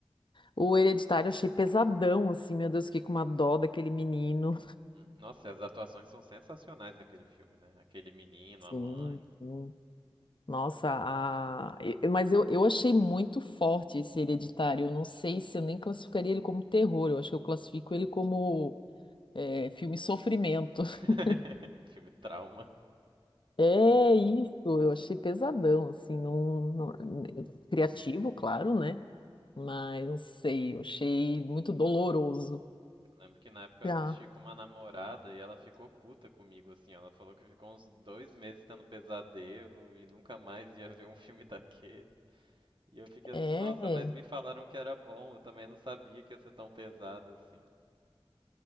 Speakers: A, on the left; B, on the right.
A: O Hereditário eu achei pesadão, assim, meu Deus, fiquei com uma dó daquele menino.
B: Hum, Nossa, e as atuações são sensacionais naquele filme, né? Aquele menino,
A: Sim,
B: a mãe.
A: sim. Nossa, a... e- mas eu, eu achei muito forte esse Hereditário. Eu não sei se eu nem classificaria ele como terror, eu acho que eu classifico ele como É, filme Sofrimento. <laughs>
B: <laughs> Filme trauma.
A: É isso, eu achei pesadão, assim, não, não- criativo, claro, né? Mas não sei, eu achei muito doloroso.
B: Eu lembro que na época eu
A: Já.
B: assisti com uma namorada e ela ficou puta comigo, assim. Ela falou que ficou uns dois meses tendo pesadelo e nunca mais ia ver um filme daquele. E eu fiquei
A: É,
B: assim, nossa, mas me falaram que era bom, eu também não sabia que ia ser tão pesado assim.